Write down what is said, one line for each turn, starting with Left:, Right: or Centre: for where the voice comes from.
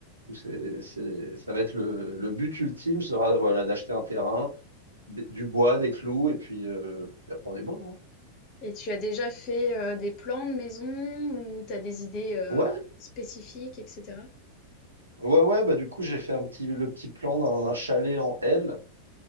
Right: Où C'est, c'est- ça va être le, le but ultime sera voilà, d'acheter un terrain, d- du bois, des clous et puis, euh, puis après on est bon. hein.
Left: Et tu as déjà fait euh, des plans de maison ou tu as des idées euh,
Right: Ouais,
Left: spécifiques, etc.
Right: ouais, ouais. Bah du coup j'ai fait un petit le petit plan d'un d'un chalet en L